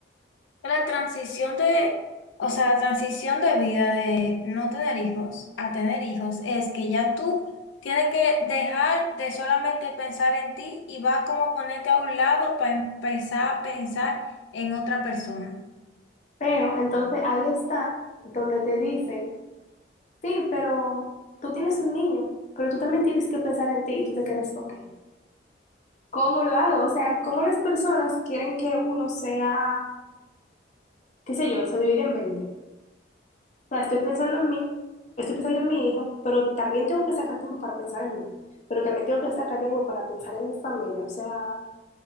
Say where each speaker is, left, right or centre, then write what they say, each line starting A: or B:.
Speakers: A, on the left (about 80°); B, on the left (about 40°).
A: La transición de, o sea, la transición de vida de no tener hijos a tener hijos es que ya tú tienes que dejar de solamente pensar en ti y va como ponerte a un lado para empezar a pensar en otra persona.
B: Pero entonces ahí está donde te dicen, sí, pero tú tienes un niño, pero tú también tienes que pensar en ti y tú te quedas, ok, ¿cómo lo hago? O sea, ¿cómo las personas quieren que uno sea, qué sé yo, se divide en veinte. O sea, estoy pensando en mí, estoy pensando en mi hijo, pero también tengo que sacar tiempo para pensar en mí, pero también tengo que sacar tiempo para pensar en mi familia, o sea,